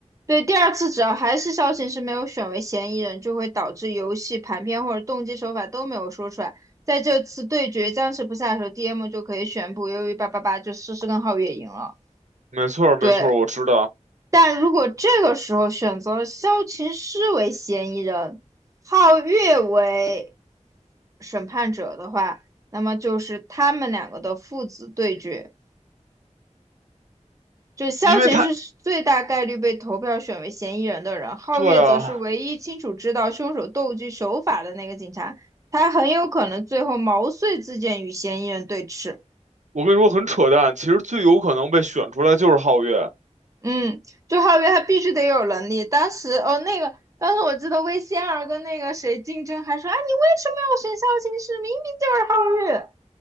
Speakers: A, on the right; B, on the right.
A: 对，第二次只要还是萧晨是没有选为嫌疑人，就会导致游戏盘片或者动机手法都没有说出来。在这次对决僵持不下的时候，DM 就可以宣布，由于八八八就诗诗跟皓月赢了。
B: 没错儿，没错儿，
A: 对，
B: 我知道，
A: 但如果这个时候选择了萧琴师为嫌疑人，皓月为审判者的话，那么就是他们两个的父子对决。就萧琴是最大概率被投票选为嫌疑人的人，
B: 因为他，
A: 皓月则是唯一清楚知道凶手斗具手法的那个警察，
B: 对啊，
A: 他很有可能最后毛遂自荐与嫌疑人对峙。
B: 我跟你说很扯淡，其实最有可能被选出来就是皓月，
A: 嗯，就哈月他必须得有能力。当时哦，那个当时我记得魏仙儿跟那个谁竞争，还说啊，你为什么要选肖琴师？明明就是皓月。